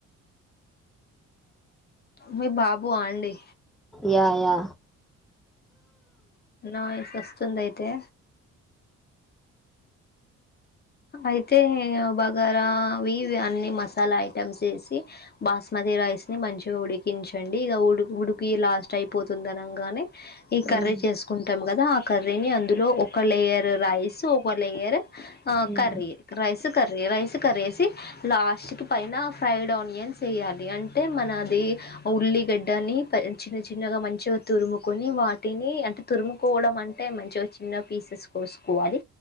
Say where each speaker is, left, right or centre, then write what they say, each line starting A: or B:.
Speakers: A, on the left; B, in the centre.
A: మీ బాబు ఆండి
B: యా యా
A: నాయిస్ వస్తుంది అయితే. అయితే బగారా అవి ఇవి అన్నీ మసాలా ఐటెమ్స్ ఏసి. సి బాస్మతి రైస్ ని మంచిగా ఉడికించండి ఇగ ఉడ్ ఉడుకీ లాస్ట్ అయి పోతుంది అనంగానే. ఈ కర్రీ
B: మ్మ్,
A: చేసుకుంటాం గదా, ఆ కర్రీని అందులో ఒక లేయర్ రైసు, ఒక లేయర్ ఆ
B: మ్మ్.
A: Curry rice curry, rice curry ఏసి లాస్ట్ కి పైనా ఫ్రైడ్ ఆనియన్స్ ఎయ్యాలి అంటే నాదీ ఉల్లిగడ్డని చిన్న చిన్నగా మంచిగా తురుము కొనీ వాటినీ అంటే తురుము కోవడం అంటే మంచిగ చిన్న పీసెస్ కోసుకోవాలి